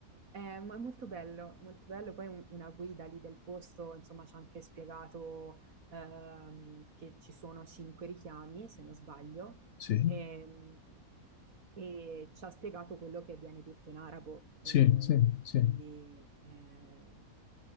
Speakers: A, on the right; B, on the left.
A: è mo- è molto bello, molto bello. Poi un- una guida lì del posto, insomma, ci ha anche spiegato ehm, che ci sono cinque richiami, se non sbaglio,
B: Sì,
A: ehm, e, ci ha spiegato quello che viene detto in arabo. eh,
B: sì, sì, sì,
A: quindi, eh, insomma,